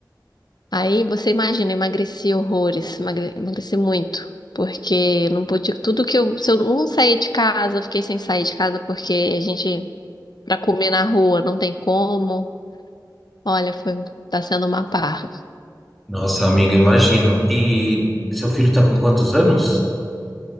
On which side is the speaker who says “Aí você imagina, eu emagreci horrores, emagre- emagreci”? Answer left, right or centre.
Left